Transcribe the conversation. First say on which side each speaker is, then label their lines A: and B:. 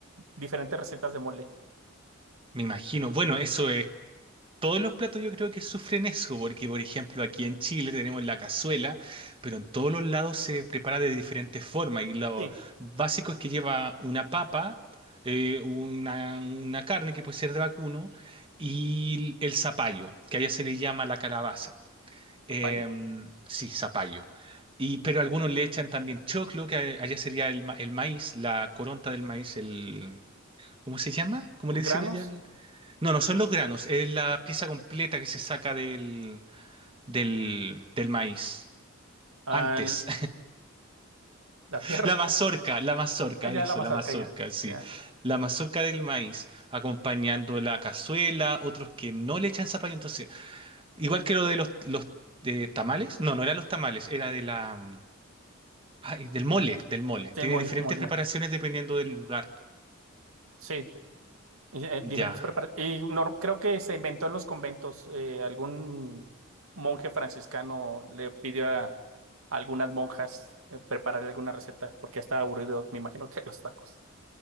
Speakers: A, on the right; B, on the right.
A: diferentes recetas de mole.
B: Me imagino. Bueno, eso es Todos los platos yo creo que sufren eso, porque por ejemplo aquí en Chile tenemos la cazuela, pero en todos los lados se prepara de diferentes formas y lo
A: Sí,
B: básico es que lleva una papa, eh, una, una carne que puede ser de vacuno y el zapallo, que allá se le llama la calabaza. Em,
A: papayo.
B: sí, zapallo. Y, pero algunos le echan también choclo, que a- allá sería el, ma- el maíz, la coronta del maíz, el... ¿Cómo se llama? ¿Cómo
A: Granos.
B: le dicen allá? No, no son los granos, es la pieza completa que se saca del, del, del maíz.
A: Ah,
B: Antes,
A: La
B: <laughs>
A: tierra,
B: la mazorca, la mazorca,
A: <laughs> allá
B: eso,
A: la mazorca,
B: la mazorca,
A: ya,
B: sí.
A: ya.
B: La mazorca del maíz, acompañando la cazuela, otros que no le echan zapallo. Entonces, igual que lo de los, los de tamales, no, no eran los tamales, era de la, mm, ay, del mole, del mole.
A: Sí,
B: Tiene
A: el mol,
B: diferentes
A: mol, mol.
B: preparaciones dependiendo del lugar.
A: Sí, y, eh,
B: Ya.
A: diferentes preparaciones. Y no, creo que se inventó en los conventos. eh, algún monje franciscano le pidió a algunas monjas eh, preparar alguna receta porque ya estaba aburrido, me imagino que <laughs> de los tacos,